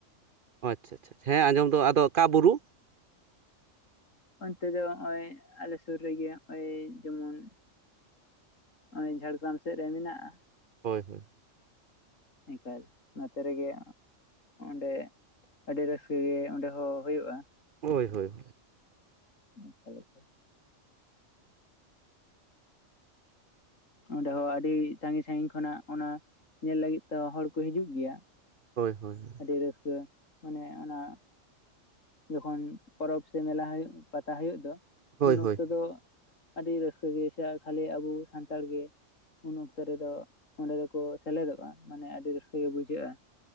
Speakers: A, on the right; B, on the left.
A: ᱟᱪᱪᱷᱟ ᱟᱪᱪᱷᱟ ᱦᱮᱸ ᱟᱸᱡᱚᱢ ᱫᱚ ᱟᱫᱚ ᱚᱠᱟ ᱵᱩᱨᱩ?
B: ᱚᱱᱛᱮ ᱫᱚ ᱦᱚᱸᱜ-ᱚᱭ ᱟᱞᱮ ᱥᱩᱨ ᱨᱮᱜᱮ ᱦᱚᱸᱜ-ᱚᱭ ᱡᱮᱢᱚᱱ ᱩᱸᱻ ᱡᱷᱟᱲᱜᱽᱨᱟᱢ ᱥᱮᱜ ᱨᱮ ᱢᱮᱱᱟᱜ-ᱟ᱾
A: ᱦᱳᱭ ᱦᱳᱭ᱾
B: ᱮᱠᱟᱞ, ᱚᱱᱟ ᱠᱚᱨᱮᱜᱮ ᱚᱸᱰᱮ, ᱟᱹᱰᱤ ᱨᱟᱹᱥᱠᱟᱹ ᱜᱮ ᱚᱸᱰᱮ ᱦᱚᱸ ᱦᱩᱭᱩᱜ-ᱟ᱾
A: ᱦᱳᱭ ᱦᱳᱭ ᱦᱳᱭ᱾
B: ᱮᱠᱟᱞ ᱮᱠᱟᱞ᱾ ᱚᱸᱰᱮ ᱦᱚᱸ ᱟᱰᱤ ᱥᱟᱸᱜᱤᱧ ᱥᱟᱸᱜᱤᱧ ᱠᱷᱚᱱᱟᱜ ᱚᱱᱟ ᱧᱮᱞ ᱞᱟᱹᱜᱤᱫ ᱛᱮᱦᱚᱸ ᱦᱚᱲ ᱠᱩ ᱦᱤᱡᱩᱜ ᱜᱮᱭᱟ᱾
A: ᱦᱳᱭ ᱦᱳᱭ ᱦᱳᱭ᱾
B: ᱟᱹᱰᱤ ᱨᱟᱹᱥᱠᱟᱹ ᱢᱟᱱᱮ ᱚᱱᱟ ᱡᱚᱠᱷᱚᱱ ᱯᱚᱨᱚᱵᱽ ᱥᱮ ᱢᱮᱞᱟ ᱦᱩᱭᱩᱜ, ᱯᱟᱛᱟ ᱦᱩᱭᱩᱜ ᱫᱚ
A: ᱦᱳᱭ
B: ᱩᱱ
A: ᱦᱳᱭ
B: ᱚᱠᱛᱚ ᱫᱚ ᱟᱹᱰᱤ ᱨᱟᱹᱥᱠᱟᱹ ᱜᱮ ᱥᱮ ᱟᱨ ᱠᱷᱟᱹᱞᱤ ᱟᱵᱩ ᱥᱟᱱᱛᱟᱲ ᱜᱮ᱾ ᱩᱱ ᱚᱠᱛᱚ ᱨᱮᱫᱚ ᱚᱸᱰᱮ ᱫᱚᱠᱚ ᱥᱮᱞᱮᱫᱚᱜ-ᱟ ᱢᱟᱱᱮ ᱟᱰᱤ ᱨᱟᱹᱥᱠᱟᱹ ᱜᱮ ᱵᱩᱡᱷᱟᱹᱜ-ᱟ᱾